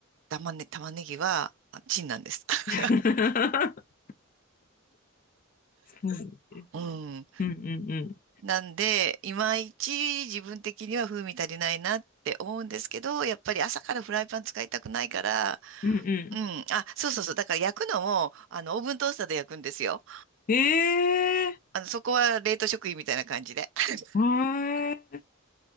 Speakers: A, on the right; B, on the left.
A: 玉ね、玉ねぎはあチンなんです。<laughs>
B: <laughs> そうですね。
A: うん。
B: うんうんうん。
A: なんで、いまいち自分的には風味足りないなって思うんですけど、やっぱり朝からフライパン使いたくないから、
B: うんう
A: うん。あ、そうそうそう。だから焼くのも、あの、オーブントースターで焼くんですよ。
B: ん。ええ
A: あの、そこは冷凍食品みたいな感じで。<laughs>
B: ー、わー